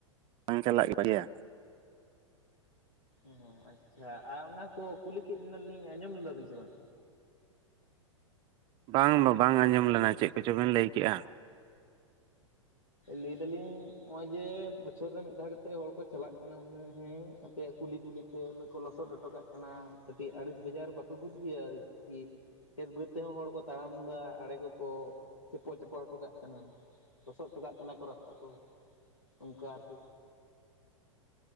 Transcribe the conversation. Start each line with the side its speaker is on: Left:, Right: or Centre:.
Right: ᱵᱟᱝ ᱪᱟᱞᱟᱜ ᱜᱮᱭᱟ
Left: ᱚ ᱟᱪᱪᱷᱟ ᱟᱨ ᱚᱱᱟ ᱠᱚ ᱠᱩᱞᱤ ᱠᱮᱫ ᱵᱤᱱᱟᱞᱤᱧ ᱟᱸᱡᱚᱢ ᱞᱮᱫᱟᱵᱤᱱ ᱥᱮ ᱵᱟᱝ
Right: ᱵᱟᱝ ᱵᱟ ᱵᱟᱝ ᱟᱸᱡᱚᱢ ᱞᱮᱱᱟ ᱪᱮᱫ ᱠᱚᱪᱚᱵᱮᱱ ᱞᱟᱹᱭ ᱠᱮᱜ-ᱟ
Left: ᱞᱟᱹᱭ ᱫᱟᱞᱤᱧ ᱦᱚᱜᱼᱚᱭ ᱡᱮ ᱵᱚᱪᱷᱚᱨᱮ ᱢᱤᱫ ᱫᱷᱟᱣ ᱠᱟᱛᱮ ᱦᱚᱲ ᱠᱚ ᱪᱟᱞᱟᱜ ᱠᱟᱱᱟ ᱩᱱᱟᱹᱜ ᱦᱮᱸ ᱟᱯᱮᱭᱟᱜ ᱠᱩᱞᱤ ᱠᱩᱞᱤᱼᱼ ᱛᱮ ᱩᱱᱟᱹᱜ ᱠᱚ ᱞᱚᱥᱚᱫ ᱦᱚᱴᱚ ᱠᱟᱜ ᱠᱟᱱᱟ ᱠᱟᱹᱴᱤᱡ ᱟᱹᱲᱤᱥ ᱵᱟᱡᱟᱨ ᱵᱟᱯᱮ ᱵᱩᱡ ᱜᱮᱭᱟ ᱟᱨᱠᱤ ᱠᱷᱮᱛ ᱵᱟᱹᱫᱽ ᱛᱮᱦᱚᱸ ᱦᱚᱲ ᱠᱚ ᱛᱟᱲᱟᱢ ᱫᱟ ᱟᱲᱮ ᱠᱚᱠᱚ ᱪᱮᱯᱚ ᱪᱮᱯᱚ ᱦᱚᱴᱚ ᱠᱟᱜ ᱠᱟᱱᱟ ᱞᱚᱥᱚᱫ ᱦᱚᱴᱚᱠᱟᱜ ᱠᱟᱱᱟ ᱠᱚ ᱨᱟᱥᱛᱟ ᱠᱚ ᱚᱱᱠᱟ ᱟᱨᱠᱤ